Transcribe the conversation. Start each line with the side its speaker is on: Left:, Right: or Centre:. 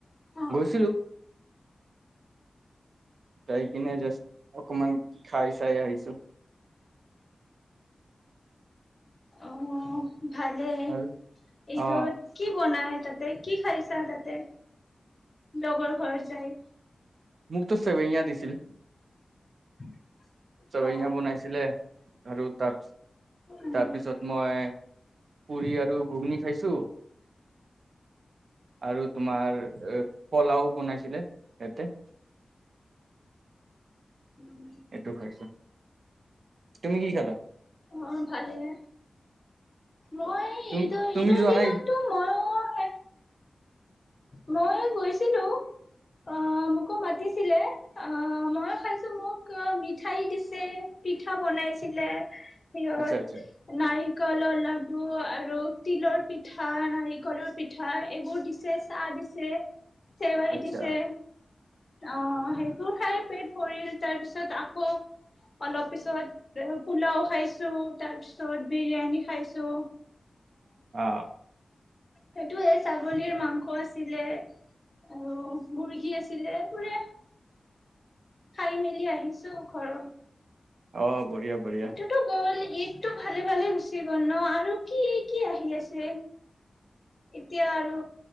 Left: অ
Right: গৈছিলো তাই কিনে যে অকমান কি খাই চাই আহিছে <inaudible>
Left: অ ভালে
Right: আৰু
Left: এইটো
Right: অ
Left: কি বনাই তাতে কি খাইছা তাতে লগৰ ঘৰত যায়
Right: মোক ত সেৱৈয়া দিছিল
Left: <inaudible>
Right: সেৱৈয়া
Left: অ
Right: বনাইছিলে আৰু ত
Left: অ
Right: তাৰপিছত মই পুৰি আৰু ঘুগনি খাইছোঁ আৰু তোমাৰ পলাও বনাইছিলে ইয়াতে
Left: উম
Right: এইটো খাইছো তুমি কি খালা
Left: অ ভালেই মই
Right: তুমি
Left: ঈদৰ
Right: তুমি
Left: ঈদৰ
Right: যোৱা
Left: দিনতটো
Right: নাই
Left: মই মই গৈছিলো অ মোকো মাতিছিলে অ মই খাইছো মোক মিঠাই দিছে পিঠা বনাইছিলে সত
Right: আচ্ছা, আচ্ছা,
Left: নাৰিকলৰ লাডু আৰু তিলৰ পিঠা নাৰিকলৰ পিঠা এইবোৰ দিছে চজিছে সেৱৈ
Right: আচ্ছা,
Left: দিছে অ সেইবোৰ খাই পেট ভৰিল তাৰপিছত আকৌ অলপ পিছত পোলাও খাইছো তাৰপিছত বিৰিয়ানী খাইছো
Right: অ
Left: সেইটো ছাগলীৰ মাংস আছিলে আৰু মুৰ্গী আছিলে পোৰে খাই মেলি আহিছো ঘৰত
Right: অ বঢ়িয়া, বঢ়িয়া।
Left: উঠটো গ'ল ঈদটো ভালে ভালে গুচি গল ন আৰু কি কি আহি আছে এতিয়া আৰু